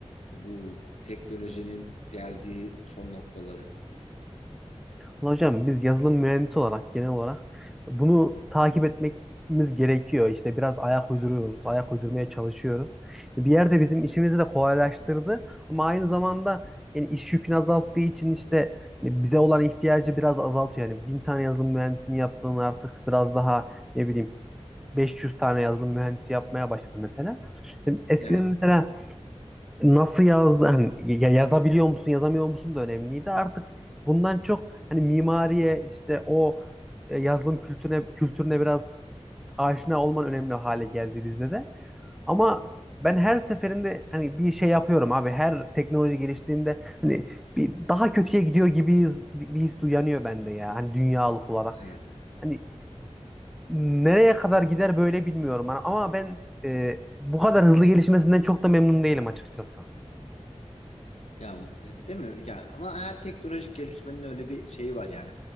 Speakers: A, on the left; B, in the centre.
A: bu teknolojinin geldiği son noktaları?
B: Ulan Hocam biz yazılım mühendisi olarak genel olarak bunu takip etmemiz gerekiyor. İşte biraz ayak uyduruyoruz, ayak uydurmaya çalışıyoruz. Bir yerde
A: Hı hı.
B: bizim işimizi de kolaylaştırdı ama aynı zamanda yani iş yükünü azalttığı için işte hani bize olan ihtiyacı biraz azaltıyor. Yani bin tane yazılım mühendisini yaptığını artık biraz daha ne bileyim 500 tane yazılım mühendisi yapmaya başladı mesela. Yani Eskiden
A: Evet.
B: mesela nasıl yazdı hani ya- yazabiliyor musun yazamıyor musun da önemliydi artık bundan çok hani mimariye işte o e, yazılım kültürüne kültürüne biraz aşina olman önemli hale geldi bizde de ama
A: Hı hı.
B: ben her seferinde hani bir şey yapıyorum abi her teknoloji geliştiğinde hani bir daha kötüye gidiyor gibiyiz bir his uyanıyor bende ya hani dünyalık olarak
A: Evet.
B: hani nereye kadar gider böyle bilmiyorum Hani ama ben e, bu kadar hızlı gelişmesinden çok da memnun değilim açıkçası.
A: Ya e, değil mi? Ya ama her teknolojik gelişmenin öyle bir şeyi var yani.